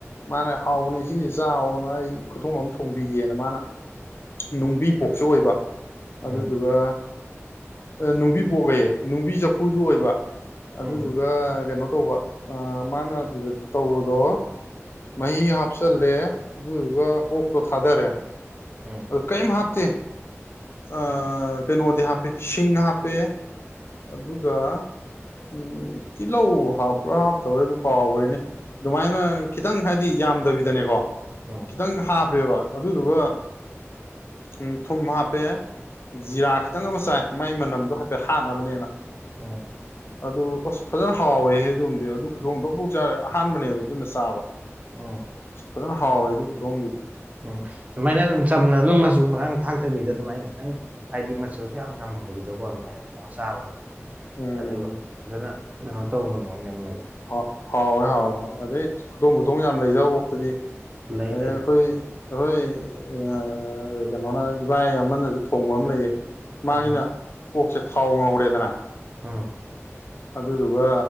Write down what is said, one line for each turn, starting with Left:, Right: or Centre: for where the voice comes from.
Left: ꯃꯥꯅ ꯍꯥꯎꯕꯅꯦ ꯁꯤꯖꯤ ꯆꯥꯎꯑꯦꯅ ꯑꯩ ꯈꯨꯊꯣꯡ ꯑꯃ ꯊꯣꯡꯕꯤꯒꯦꯅ ꯃꯥꯅ ꯅꯨꯡꯕꯤ ꯄꯣꯛꯁꯨ ꯑꯣꯏꯕ ꯑꯗꯨꯗꯨꯒ
Right: ꯎꯝ
Left: ꯑꯦ ꯅꯨꯡꯕꯤ ꯄꯣꯛꯑꯌꯦ ꯅꯨꯡꯕꯤ ꯆꯐꯨꯗꯨ ꯑꯣꯏꯕ ꯑꯗꯨꯗꯨꯒ
Right: ꯎꯝ
Left: ꯀꯩꯅꯣ ꯇꯧꯕ ꯑꯥ ꯃꯥꯅ ꯑꯗꯨꯗ ꯇꯧꯕꯗꯣ ꯃꯍꯤ ꯍꯥꯞꯆꯜꯂꯦ ꯑꯗꯨꯗꯨꯒ ꯑꯣꯛꯇꯣ ꯊꯥꯗꯔꯦ
Right: ꯎꯝ
Left: ꯑꯀꯩꯝ ꯍꯥꯞꯇꯦ ꯑꯥ ꯀꯩꯅꯣꯗꯤ ꯍꯥꯞꯄꯦ ꯁꯤꯡ ꯍꯥꯞꯄꯦ ꯑꯗꯨꯒ ꯎꯝ ꯇꯤꯜꯂꯧ ꯍꯥꯞꯄ꯭ꯔꯥ ꯍꯥꯞꯇꯕ꯭ꯔꯥ ꯑꯩꯕꯨ ꯀꯥꯎꯒ꯭ꯔꯦꯅꯦ ꯗꯨꯃꯥꯏꯅ ꯈꯤꯇꯪ ꯍꯥꯏꯗꯤ ꯌꯥꯝꯗꯕꯤꯗꯅꯦꯀꯣ
Right: ꯎꯝ
Left: ꯈꯤꯇꯪ ꯍꯥꯞꯄꯦꯕ ꯑꯗꯨꯗꯨꯒ ꯎꯡ ꯊꯨꯝ ꯍꯥꯞ ꯄꯦ ꯖꯤꯔꯥ ꯈꯤꯇꯪ ꯑꯃ ꯆꯥꯏ ꯃꯥꯏ ꯃꯅꯝꯗꯣ ꯍꯥꯏꯐꯦꯠ ꯍꯥꯠꯅꯕꯅꯦꯅ
Right: ꯎꯝ
Left: ꯑꯗꯨ ꯑꯁ ꯐꯖꯟ ꯍꯥꯎꯋꯦꯍꯦ ꯑꯗꯨꯝꯗꯤ ꯑꯗꯨ ꯈꯨꯊꯣꯡꯗꯣ ꯕꯨꯛ ꯕꯨꯛ ꯆꯥꯔꯦ ꯑꯍꯥꯟꯕꯅꯦꯕ ꯑꯗꯨꯅ ꯆꯥꯕ
Right: ꯎꯝ
Left: ꯐꯖꯟꯅ ꯍꯥꯎꯋꯦ ꯑꯗꯨꯏ ꯈꯨꯊꯣꯡꯗꯨꯗꯤ
Right: ꯎꯝ ꯑꯗꯨꯃꯥꯏꯅ ꯑꯗꯨꯝ ꯆꯝꯅ ꯑꯗꯨꯝ ꯃꯆꯨ ꯃꯔꯥꯡ ꯊꯥꯛꯇꯕꯤꯗ ꯑꯗꯨꯃꯥꯏꯅ ꯈꯤꯇꯪ ꯍꯥꯏꯗꯤ ꯃꯆꯜꯖꯨ ꯌꯥꯝ ꯌꯥꯝꯃꯟꯗꯕꯤꯗꯀꯣ ꯑꯗꯨꯃꯥꯏꯅ ꯊꯣꯡꯉꯒ ꯆꯥꯕꯗꯣ
Left: ꯎꯝ
Right: ꯑꯗꯨ ꯐꯖꯅ ꯀꯩꯅꯣ ꯇꯧꯕꯅꯦ ꯑꯣꯏꯅꯝꯕꯅꯤ
Left: ꯍꯥꯎ ꯍꯥꯎꯔꯦ ꯍꯥꯎꯋꯦ ꯑꯗꯩ ꯈꯨꯗꯣꯡ ꯈꯨꯗꯣꯡ ꯌꯥꯝ ꯂꯩꯗꯥ ꯑꯣꯛ ꯑꯗꯨꯗꯤ
Right: ꯂꯩ
Left: ꯑꯗꯩꯩ
Right: ꯂꯩ
Left: ꯑꯩꯈꯣꯏ ꯑꯩꯈꯣꯏ ꯑꯥ ꯀꯩꯅꯣꯅ ꯏꯕꯥꯏ ꯑꯃꯅꯁꯨ ꯊꯣꯡꯕ ꯑꯃ ꯂꯩꯌꯦ ꯃꯥꯒꯤꯅ
Right: ꯎꯝ
Left: ꯑꯣꯛꯁꯦ ꯊꯥꯎ ꯉꯧꯔꯦꯗꯅ
Right: ꯎꯝ
Left: ꯑꯗꯨꯗꯨꯒ